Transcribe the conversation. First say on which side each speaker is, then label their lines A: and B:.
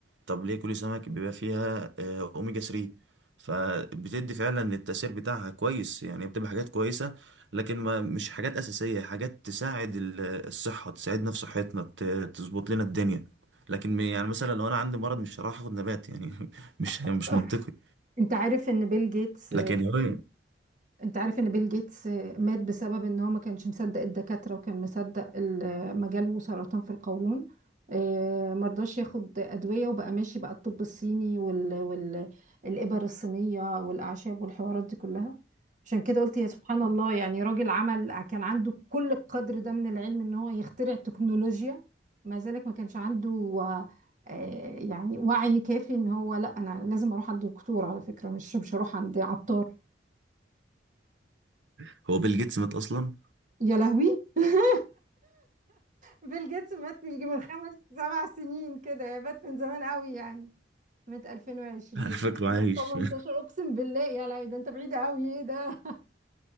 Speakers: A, on the right; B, on the right.
A: طب ليه كلي سمك بيبقى فيها آه، أوميجا 3 فبتدي فعلا التأثير بتاعها كويس يعني بتبقى حاجات كويسة لكن ما مش حاجات أساسية حاجات تساعد ال- الصحة تساعدنا في صحتنا ت- تظبط لنا الدنيا لكن م- يعني مثلا لو أنا عندي مرض مش هروح آخد نبات يعني <laughs> مش مش
B: <laughs>
A: منطقي
B: انت عارف ان بيل جيتس
A: لكن هو
B: انت عارف ان بيل جيتس آه، مات بسبب ان هو ما كانش مصدق الدكاترة وكان مصدق ال- مجاله سرطان في القولون آه، مرضاش ياخد ادوية وبقى ماشي بقى الطب الصيني وال... وال... الابر الصينية والاعشاب والحوارات دي كلها عشان كده قلت يا سبحان الله يعني راجل عمل كان عنده كل القدر ده من العلم ان هو يخترع تكنولوجيا مع ذلك ما كانش عنده آه، آه، يعني وعي كافي ان هو لا انا لازم اروح عند دكتور على فكرة مش مش هروح عند عطار
A: <laughs> هو بيل جيتس مات أصلا
B: يا لهوي <laughs> بيل جيتس مات من يجي من خمس سبع سنين كده يا مات من زمان قوي يعني مات 2020
A: <laughs> أنا فاكره
B: 2018
A: عايش <laughs>
B: اقسم بالله يا لهوي ده انت بعيد قوي ايه ده